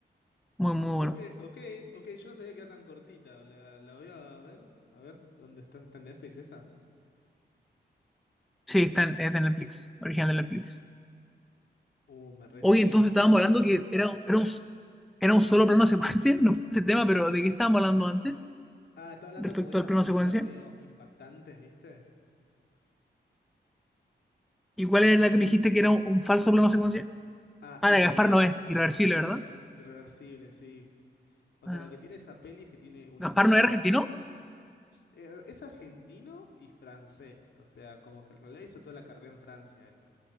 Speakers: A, in the centre; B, on the left.
A: Muy, muy bueno.
B: Ok, ok, ok, yo no sabía que era tan cortita. La, la voy a ver. A ver, ¿dónde está? ¿Está en Netflix esa?
A: Sí, está en, es de Netflix, original de Netflix.
B: Uh, me re
A: Hoy
B: sirve.
A: entonces estábamos hablando que era, era un, era un solo plano secuencia, <laughs> no fue este tema, pero ¿de qué estábamos hablando antes
B: Ah, está hablando
A: respecto
B: como estas
A: al plano
B: películas
A: secuencia?
B: medio impactantes, ¿viste?
A: ¿Y cuál era la que me dijiste que era un, un falso plano secuencia?
B: Ah,
A: Ah,
B: irrever...
A: la de Gaspar Noé, irreversible,
B: sí,
A: ¿verdad?
B: irreversible, sí. O
A: Ah,
B: sea, lo que tiene esa peli es que tiene una
A: ¿Gaspar
B: escena...
A: no es argentino?
B: como- eh, Es argentino y francés. O sea, como que en realidad hizo toda la carrera en Francia.